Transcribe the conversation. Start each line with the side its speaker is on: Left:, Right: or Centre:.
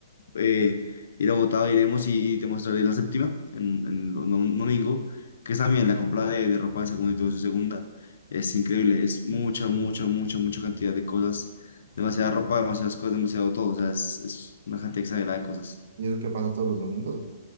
Left: eh, ir a Bogotá, iremos y, y te mostraré la séptima en, en lo- no- un domingo, que es también la compra de, de ropa de segunda y todo eso de segunda. Es increíble, es mucha, mucha,
Right: sí.
Left: mucha, mucha cantidad de cosas, demasiada ropa, demasiadas cosas, demasiado todo, o sea, es, es una cantidad exagerada de cosas.
Right: Y eso que pasa todos los domingos.